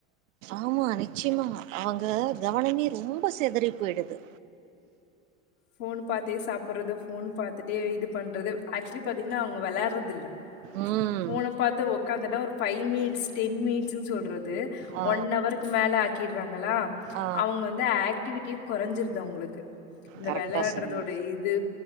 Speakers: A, on the right (about 75°); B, on the left (about 70°).
A: ஆமா நிச்சயமா அவங்க கவனமே ரொம்ப செத றி போய்டுது
B: ஃபோன் பாத்தே சாப்படுறது ஃபோன் பாத்துட்டே இது பண்றது ஆக்சுவலி பாத் திங்னா அவங்க வெளாடறதில்ல
A: ம்
B: ஃபோன பாத்து ஒக்காந்துட்டா ஒரு ஃபைமி னிட்ஸ் டென் மினிட்ஸ்னு சொல்றது
A: ஆ
B: ஒன் அவருக்கு மேல ஆக்கிடுறாங்களா
A: ஆ
B: அவுங்க வந்து ஆக் டிவிட்டியு கொறஞ்சிருது அவுங்களுக்கு அந்த
A: கரெக்டா
B: விளாடுறதோட
A: சொன்னீங்க
B: இது